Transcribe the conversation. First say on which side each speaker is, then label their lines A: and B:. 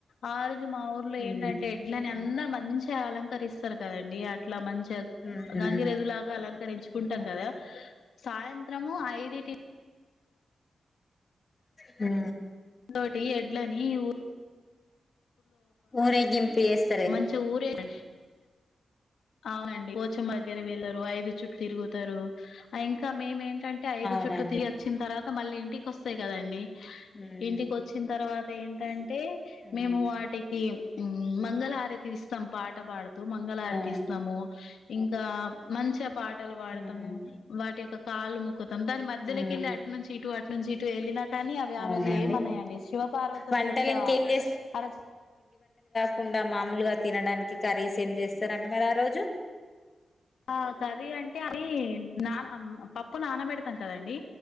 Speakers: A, on the left; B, on the left.
A: అల్ మా ఊర్లో ఏంటంటే
B: ఉమ్
A: ఎడ్లని అందరు మంచి మంచి అలంకరిస్తారు కదండి అట్లా మంచిగా
B: ఉమ్
A: గంగిరెద్దులాగా అలంకరించుకుంటాం కదా సాయంత్రము ఐదుటి
B: హు
A: అంతోటి ఎడ్లని ఊ
B: ఊరేగింపు చేస్తా
A: మంచి ఊరే ఎగలి అవునండి పోచమ్మ దగ్గర వెళ్లారు ఐదు చుట్టూ తిరుగుతారు ఇంకా మేమేంటి అంటే ఐదు
B: అవునండి
A: చుట్లు తిగి వచ్చిన తర్వాత, మళ్ళీ ఇంటికి వస్తాయి కదండి
B: ఉమ్
A: ఇంటికి వచ్చిన తర్వాత ఏంటంటే
B: ఉమ్
A: మేము వాటికి ఉమ్ మా బంగళ ఆరే తీ ఇస్తాం పాట పాడత మంగళారతి
B: ఆ
A: ఇస్తాము ఇంకా మంచిగా పాటలు వాడతాము
B: ఉమ్
A: వాటి యొక్క కాళ్ళ మొకుతాము దాని మధ్యలోకిళ్ళి
B: ఉమ్
A: అటు నుంచి ఇటు అటు నుంచి థెలినాటు కానీ అవి ఆ
B: అవునండి
A: రోజు ఏమన్నాయండి శివ పార్వతుల
B: వంటలు
A: యొక్క
B: ఇంకేం
A: అరచ
B: తకుండా మామూలుగా తినడానికి కర్రీస్ ఏం చేస్తారంండి మరి ఆ రోజు
A: ఆ సది అంటే అవి నానా పప్పు నానబెడతాం కదండి